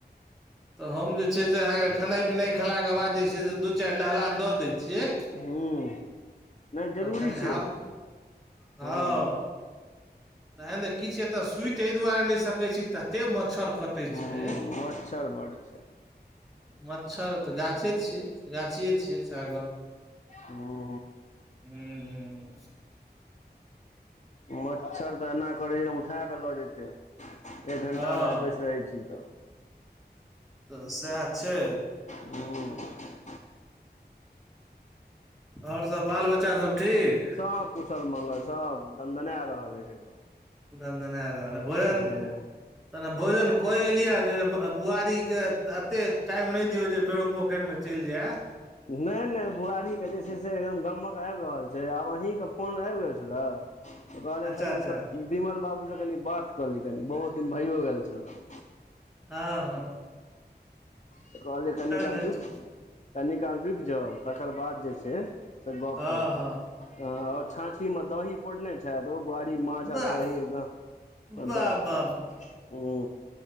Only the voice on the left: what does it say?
हूँ, नै
जरूरी
छै
ओ।
हूं
हूं
मच्छर बड़ छै।
हूँ।
मच्छर तऽ एना करै ने, उठा कऽ लऽ जेतै। एक घण्टा
लऽ बैस रहैत छी तऽ।
हूँ।
सभ कुशल मंगल सभ दन्दना रहल अछि एकदम।
हूं
नहि नहि, बुआरीके जे छै से एकदम गमक आबि रहल छै, आब अहींके फोन आबि गेल छलए। तऽ
कनि
विमल बाबूसँ कनि बात कऽ ली, कनि बहुत दिन भऽ गेल छलै।
तऽ कहलियै, कनी काल
रुकि, कनी काल रुकि जो। तकर बाद जे छै से गप
करै
छी आओ छाछीमे दही। पोड़ने छै दू बुआरी माछ
आ दही, एकदम
दऽ कऽ
ह।